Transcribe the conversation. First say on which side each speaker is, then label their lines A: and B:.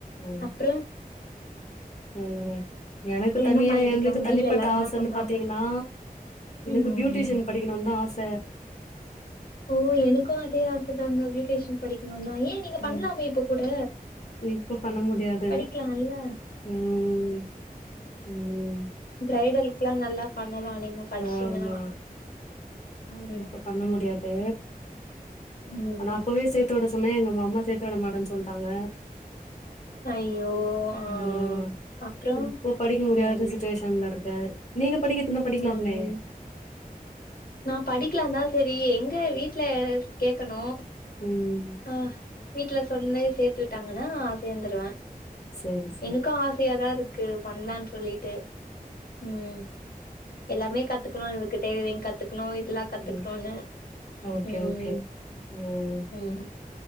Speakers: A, on the left; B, on the left.
A: ம்
B: அப்றோ
A: ம் எனக்கு தனியா
B: என்ன பண்ணிட்ருக்காங்க
A: எனக்கு தனிப்பட்ட
B: வீட்ல எல்லாரு
A: ஆசன்னு
B: என்ன பண்றாங்க
A: பாத்தீங்கன்னா எனக்கு
B: ம்
A: பியூட்டிசியன் படி க்கனுந்தா ஆச
B: ஓ எனக்கு அதே ஆச தாங்க பியூட்டிஷன் படிக்கணுதா ஏ நீங்க பண்லாமே
A: ம்
B: இப்ப கூட
A: இப்ப பண்ண முடியாது
B: படிக்கலால்ல
A: ம் ம்
B: பிரைடலுக்குல்லா நல்லா பண்ணலா நீங்க படிச்சீங்கன்னா
A: ஆமா
B: ம்
A: இப்ப பண்ண முடியாது
B: ம்
A: ஆனா அப்பவே சேத்துவிட அப்வுமே எங்க மம்மா சேத்து விட மாட்டன் சொல்ட்டாங்க
B: ஐயோ ஆ
A: ம்
B: அப்றோ
A: இப்ப படிக்க முடியாத
B: ம்
A: சி ட்டேஷன்ல இருக்க நீங்க படிக்கதுந்தா படிக்கலாமே
B: ம் நா படிக்கலா தா செரி எங்க வீட்ல கேக்கணு
A: ம்
B: ஆ வீட்ல சொன்னு சேத்து விட்டாங்கன்னா சேந்துருவ
A: சேரி ஸ்
B: எனக்கு ஆசையாதா இருக்கு பண்லான் சொல்லிட்டு ம் எல்லாமே கத்துக்குணு இருக்கு டைலரிங் கத்துக்குணு இதல்லா கத்துக்குணுன்னு
A: ம் ஓகே
B: ம்
A: ஓகே ம்
B: ம்